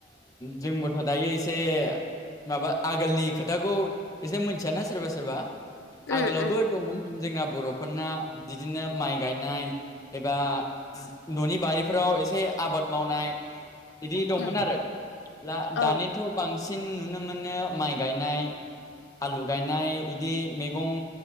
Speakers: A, on the left; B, on the left.
A: जोंबोथ' दायो एसे माबा आगोलनि खोथाखौ एसे मोनथियाना सोरबा सोरबा
B: उम
A: आगोलावबो दङमोन जोंना बर'फोरना बिदिनो माइ गायनाय एबा न'नि बारिफोराव एसे आबाद मावनाय बिदि दंमोन
B: उम
A: आरो द
B: औ
A: दानिथ' बांसिन नुनो मोनो माइ गायनाय आलु गायनाय बिदि मैगं